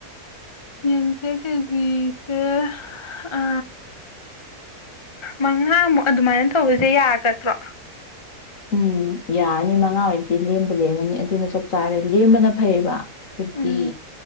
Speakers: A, on the left; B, on the left.
A: ꯌꯦꯁꯦ ꯖꯤꯁꯦ ꯑ ꯃꯉꯥꯃꯨꯛ ꯑꯗꯨꯃꯥꯏꯅ ꯇꯧꯕꯁꯦ ꯌꯥꯒꯗ꯭ꯔꯣ
B: ꯎꯝ ꯌꯥꯔꯅꯤ ꯃꯉꯥ ꯑꯣꯏꯗꯤ ꯂꯦꯝꯕ ꯂꯦꯝꯃꯅꯤ ꯑꯗꯨꯅ ꯆꯞ ꯆꯥꯔꯦ ꯂꯦꯝꯕꯅ ꯐꯩꯌꯦꯕ ꯐꯠꯇꯤ
A: ꯎꯝ